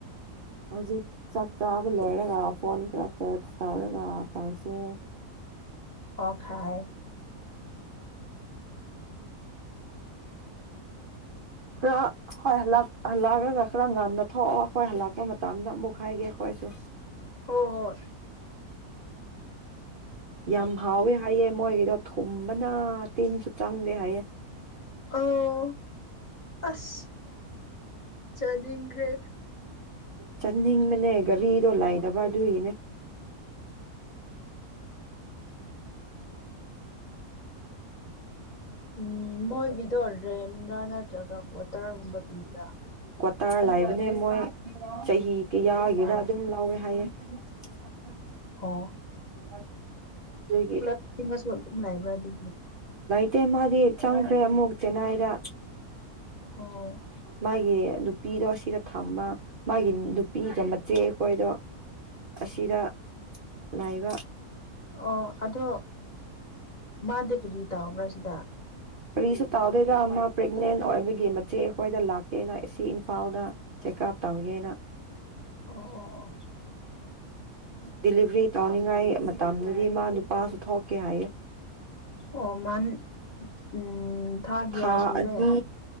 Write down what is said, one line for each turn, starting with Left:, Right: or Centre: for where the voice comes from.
Right: ꯍꯧꯖꯤꯛ ꯆꯥꯛ ꯆꯥꯕ ꯂꯣꯏꯔꯒ ꯐꯣꯟ ꯈꯔ ꯇꯧꯔꯒ ꯇꯧꯁꯦ
Left: ꯑꯣ ꯈꯥꯏ
Right: ꯈꯔ ꯈꯣꯏ ꯍꯜ ꯂꯛ ꯍꯜꯂꯛꯑꯒꯒ ꯈꯔ ꯉꯟꯅ ꯊꯣꯛꯑꯣ ꯑꯈꯣꯏ ꯍꯜꯂꯛꯄ ꯃꯇꯝꯗ ꯑꯃꯨꯛ ꯍꯥꯏꯒꯦ ꯈꯣꯏꯁꯨ
Left: ꯍꯣ ꯍꯣꯏ
Right: ꯌꯥꯝ ꯍꯥꯎꯋꯦ ꯍꯥꯏꯌꯦ ꯃꯣꯏꯒꯤꯗꯣ ꯊꯨꯝꯕꯅ ꯇꯤꯟꯁꯨ ꯆꯪꯗꯦ ꯍꯥꯏꯌꯦꯦ
Left: ꯑꯣ ꯑꯁ ꯆꯗꯤ ꯐ
Right: ꯆꯠꯅꯤꯡꯕꯅꯦ ꯒꯥꯔꯤꯗꯣ ꯂꯩꯥꯇꯕ ꯑꯗꯨꯒꯤꯅꯦ
Left: ꯑꯣꯝ ꯃꯣꯏꯒꯤꯗꯣ ꯔꯦꯟꯗꯥ ꯅꯠꯇ꯭ꯔꯒ ꯀ꯭ꯋꯥꯇꯔꯒꯨꯝꯕ ꯄꯤꯕ꯭ꯔꯥ
Right: ꯇꯥꯔ ꯂꯩꯕꯅꯦ ꯃꯣꯏ ꯆꯍꯤ ꯀꯌꯥꯒꯤꯔꯥ
Left: ꯑꯣ
Right: ꯑꯗꯨꯝ ꯂꯥꯎꯋꯦ ꯍꯥꯏꯌꯦ <unintelligible>
Left: ꯑꯣ
Right: <inaudible> ꯑꯗꯨꯒꯤ
Left: ꯄꯨꯂꯞꯁꯨ ꯑꯗꯨꯝ ꯂꯩꯕ꯭ꯔꯗꯤ
Right: ꯅꯠꯇꯦ ꯃꯗꯤ ꯆꯥꯡ ꯈ꯭ꯔꯦ ꯑꯃꯨꯛ ꯆꯦꯅꯥꯏꯗ
Left: ꯑꯣ
Right: ꯃꯥꯒꯤ ꯅꯨꯄꯤꯗꯣ ꯁꯤꯗ ꯊꯝꯕ ꯃꯥꯒꯤ ꯅꯨꯄꯤꯒ ꯃꯆꯦꯒ ꯑꯩꯈꯣꯏꯗꯣ ꯑꯁꯤꯗ ꯂꯩꯕ
Left: ꯑꯣ ꯑꯗꯣ ꯃꯥꯗꯤ ꯀꯔꯤ ꯇꯧꯕ꯭ꯔ ꯁꯤꯗ
Right: ꯀꯔꯤꯁꯨ ꯇꯧꯗꯦꯗ ꯃ ꯄ꯭ꯔꯦꯒꯅꯦꯟ ꯑꯣꯏꯕꯒꯤ ꯃꯆꯦ ꯑꯩꯈꯣꯏꯗ ꯂꯥꯛꯀꯦꯅ ꯑ ꯏꯝꯐꯥꯜꯗ ꯆꯦꯛꯑꯞ ꯇꯧꯒꯦꯅ
Left: ꯑꯣ ꯑꯣ ꯑꯣ
Right: ꯗꯤꯂꯤꯚꯔꯤ ꯇꯧꯅꯤꯡꯉꯥꯏ ꯃꯇꯝꯗꯗꯤ ꯃꯥ ꯅꯨꯄꯥꯁꯨ ꯊꯣꯛꯀꯦ ꯍꯥꯏꯌꯦ
Left: ꯑꯣ ꯃꯥ ꯎꯝ ꯊꯥꯀꯌꯥ
Right: ꯊꯥ
Left: ꯁꯨꯔꯦ
Right: ꯑꯅꯤ